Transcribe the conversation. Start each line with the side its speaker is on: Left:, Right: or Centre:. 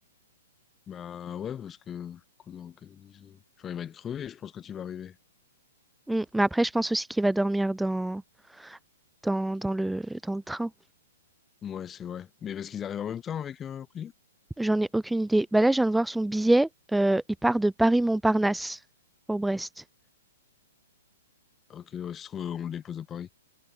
Left: Bah ouais, parce que qu'on organise. euh, Enfin, il va être crevé, je pense, quand il va arriver.
Centre: Hmm, Mais après, je pense aussi qu'il va dormir dans, dans, dans le, dans le train.
Left: Ouais, c'est vrai. Mais parce qu'ils arrivent en même temps avec euh, Aurélien?
Centre: J'en ai aucune idée. Bah là, je viens de voir son billet, euh, il part de Paris-Montparnasse pour Brest.
Left: Ok, ouais, se trouve, on le dépose à Paris.